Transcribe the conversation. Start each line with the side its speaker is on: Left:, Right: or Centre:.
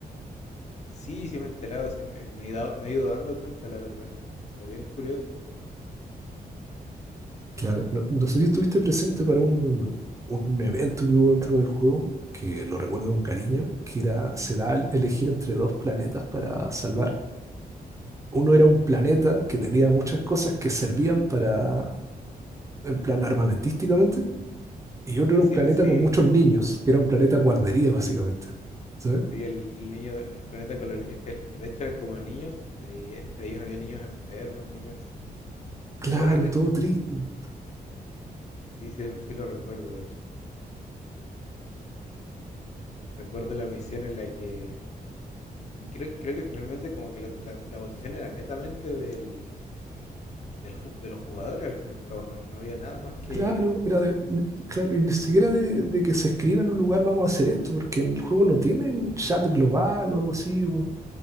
Left: Sí, sí, sí me he enterado, sí me, me he dado- me he ido dando cuenta, la verdad. Como bien curioso.
Right: Claro, no, no sé si estuviste presente para un, un evento que hubo dentro del juego, que lo recuerdo con cariño, que era, se da a elegir entre dos planetas para salvar. Uno era un planeta que tenía muchas cosas que servían para, en plan armamentísticamente, y otro
Left: Y Así,
Right: era un planeta
Left: sí,
Right: con muchos niños, que era un planeta guardería básicamente. ¿Sabes?
Left: sí, el, el niño, de- el planeta con los niños, que de hecho eran como niños, eh, y entre ellos había niños enfermos, niños...
Right: Claro,
Left: Pero era- era-
Right: todo triste.
Left: sí, sí, sí lo recuerdo, de hecho. Sí, recuerdo la misión en la que... Y creo, creo que finalmente como que lo- la, la votación era netamente del, del ju- de los jugadores, al fin y al cabo, no, no había nada más que...
Right: Claro, era de- claro, y ni siquiera de, de que se escriba en un lugar vamos a hacer esto, porque en el juego no tiene un chat global o algo así,